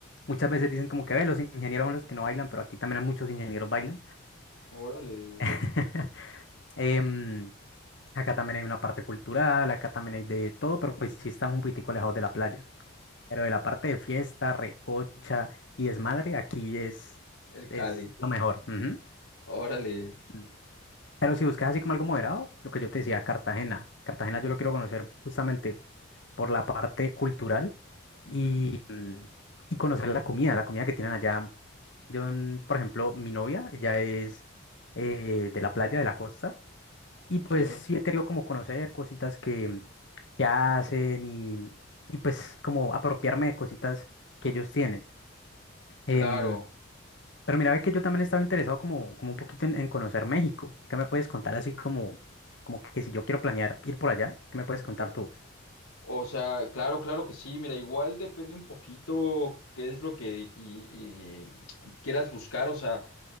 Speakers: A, on the left (about 55°); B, on the left (about 85°).
A: Muchas veces dicen como que, ve, los ingenieros son los que no bailan, pero aquí también muchos ingenieros bailan.
B: Órale.
A: <laughs> Em, acá también hay una parte cultural, acá también hay de todo, pero pues sí estamos un poquitico alejados de la playa. Pero de la parte de fiesta, recocha y desmadre, aquí es,
B: El
A: es
B: Cali.
A: lo mejor. ujú.
B: Órale.
A: Mm. Pero si buscas así como algo moderado, lo que yo te decía, Cartagena. Cartagena yo lo quiero conocer justamente por la parte cultural
B: Ujú,
A: y, mm, y conocer la comida, la comida que tienen allá. Yo, mm, por ejemplo, mi novia, ella es eh, de la playa, de la costa, y pues
B: Sí,
A: sí he querido como conocer cositas que, que hacen y, y pues como apropiarme de cositas que ellos tienen. Em,
B: claro.
A: pero mira, ve que yo también estaba interesado como, como un poquito en, en conocer México. ¿Qué me puedes contar así como, como que si yo quiero planear ir por allá, ¿qué me puedes contar tú?
B: O sea, claro, claro que sí. Mira, igual depende un poquito qué es lo que y- y quieras buscar. O sea,